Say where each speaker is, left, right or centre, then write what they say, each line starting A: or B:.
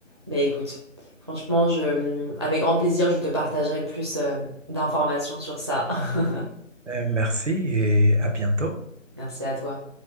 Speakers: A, on the right; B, on the right.
A: Ben écoute, franchement, je, avec grand plaisir, je te partagerai plus euh, d'informations sur ça. <laughs>
B: Euh, merci et à bientôt.
A: Merci à toi.